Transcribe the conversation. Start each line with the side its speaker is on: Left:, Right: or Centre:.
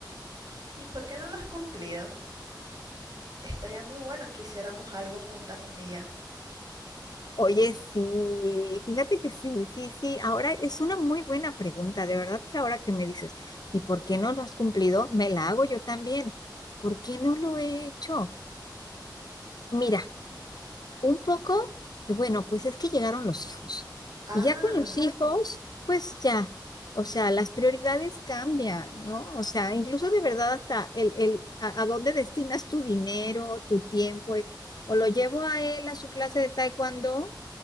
Right: ¿Y por qué no lo has cumplido? Estaría muy bueno que hiciéramos algo juntas un día.
Left: Oye, sí, fíjate que sí, sí, sí. Ahora es una muy buena pregunta, de verdad que ahora que me dices, ¿y por qué no lo has cumplido? Me la hago yo también. ¿Por qué no lo he hecho? Mira. Un poco, que bueno, pues es que llegaron los hijos.
Right: Ah,
Left: Y ya con los hijos, pues ya, o sea, las prioridades cambian, ¿no? O sea, incluso de verdad hasta el, el a, a dónde destinas tu dinero, tu tiempo, es, o lo llevo a él a su clase de taekwondo